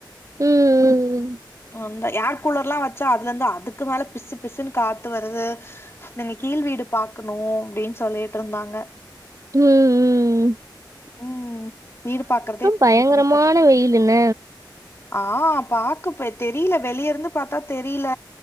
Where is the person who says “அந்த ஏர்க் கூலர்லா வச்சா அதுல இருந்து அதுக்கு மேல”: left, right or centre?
Left